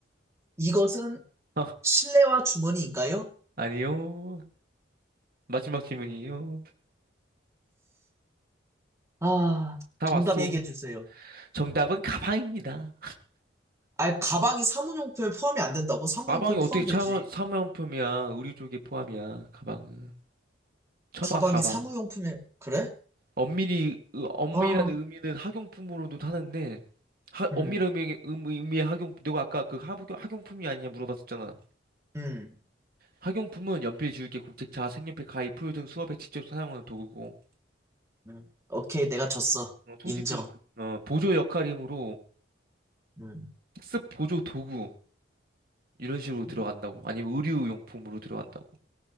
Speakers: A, on the right; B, on the right.
A: 이것은
B: 어,
A: 실내화 주머니인가요?
B: 아니요. 마지막 질문이에요.
A: 아,
B: 다
A: 정답
B: 왔어.
A: 얘기해 주세요.
B: 정답은 가방입니다.
A: 아, 가방이 사무용품에 포함이 안 된다고? 사무용품에
B: 가방이 어떻게
A: 포함되지.
B: 원 사무용품이야? 의류 쪽에 포함이야, 가방은. 쳐봐,
A: 가방이
B: 가방.
A: 사무용품에, 그래?
B: 엄밀히, 으- 엄밀한
A: 와,
B: 의미는 학용품으로도 하는데, 하,
A: 음,
B: 엄밀한 의미, 의미- 의미의 학용, 내가 아까 그 하- 학용품이 아니냐 물어봤었잖아.
A: 음,
B: 학용품은 연필, 지우개, 공책자, 색연필, 가위, 풀 등 수업에 직접 사용하는 도구고,
A: 음. 오케이, 내가 졌어.
B: 어, 소지품은
A: 인정.
B: 어, 보조 역할이므로
A: 음.
B: 학습 보조 도구 이런 식으로
A: 음.
B: 들어간다고. 아니면 의류용품으로 들어간다고.